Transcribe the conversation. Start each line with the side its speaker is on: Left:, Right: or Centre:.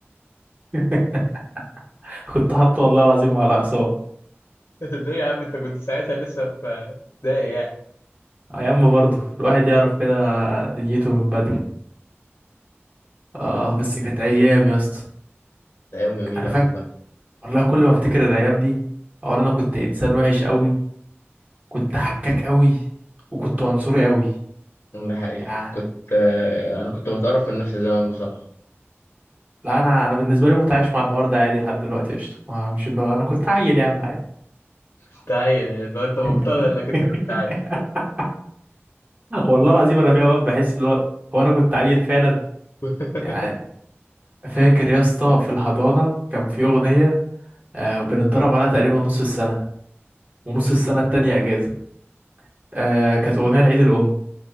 Right: <laughs> كنت حاطه والله العظيم مع الاخصام
Left: <laughs> ليه يا عم انت كنت ساعتها لسه في ابتدائي يعني
Right: ايام برضه الواحد يعرف كده دنيته من بدري اه بس كانت ايام يا اسطى
Left: ايام جميله
Right: انا فاكر
Left: والله
Right: والله كل ما افتكر الايام دي اولا انا كنت انسان وحش قوي كنت حكاك قوي وكنت عنصري قوي
Left: ده حقيقة
Right: يعني
Left: كنت آه، أنا كنت بتقرف من نفسي زمان بصراحة
Right: لا انا انا بالنسبه لي متعايش مع الحوار ده عادي لحد دلوقتي قشطه ما- مش اللي هو انا كنت عيل يا عم عادي
Left: كنت عيل يعني لو أنت مقتنع
Right: <laughs>
Left: إنك أنت كنت عيل
Right: والله العظيم انا في اوقات بحس اللي هو هو انا كنت عيل فعلا
Left: <laughs>
Right: يعني فاكر يا اسطى في الحضانه كان في اغنيه آه بنتدرب عليها تقريبا نص السنه ونص السنه التانية اجازه آه كانت اغنيه لعيد الام